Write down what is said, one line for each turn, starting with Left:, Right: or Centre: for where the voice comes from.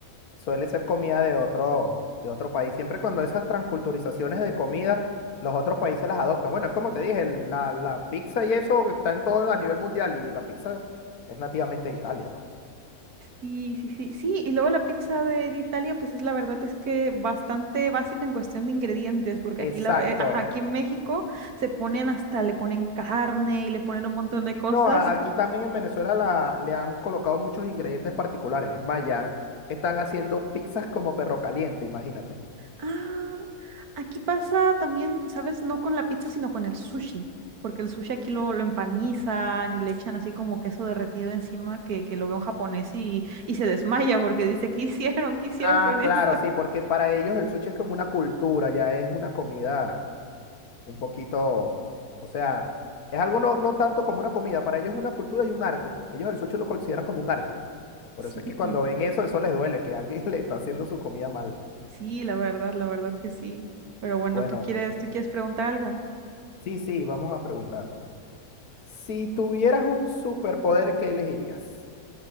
Left: suele ser comida de otro, de otro país. Siempre cuando esas transculturizaciones de comida, los otros países las adoptan. Bueno, es como te dije, el- la, la pizza y eso está en todo a nivel mundial y la pizza es nativamente de Italia, pues.
Right: Sí, sí, sí, sí, y luego la pizza de, de Italia, pues es la verdad es que bastante básica en cuestión de ingredientes, porque
Left: Exacto.
Right: aquí, la, ve- eh, ajá, aquí en México se ponen hasta, le ponen carne y le ponen un montón de
Left: Sí,
Right: cosas.
Left: no, a- aquí también en Venezuela la- le han colocado muchos ingredientes particulares. Es más, ya están haciendo pizzas como perro caliente, imagínate.
Right: Ah, aquí pasa también, ¿sabes? No con la pizza, sino con el sushi, porque el sushi aquí lo, lo empanizan y le echan así como queso derretido encima que, que lo ve un japonés y, y se desmaya porque dice, ¿qué hicieron? ¿Qué hicieron
Left: Ah,
Right: con esto?
Left: claro, sí, porque para ellos el sushi es como una cultura, ya es una comida. un poquito, o sea, es algo no, no tanto como una comida, para ellos es una cultura y un arte. Ellos el sushi lo consideran como un arte. Por
Right: <laughs>
Left: eso es que cuando
Right: Sí.
Left: ven eso, eso les duele, que alguien <laughs> le está haciendo su comida mal.
Right: Sí, la verdad, la verdad que sí. Pero bueno,
Left: Bueno,
Right: ¿tú quieres, tú quieres preguntar algo?
Left: sí, sí, vamos a preguntar. Si tuvieras un superpoder, ¿qué elegirías?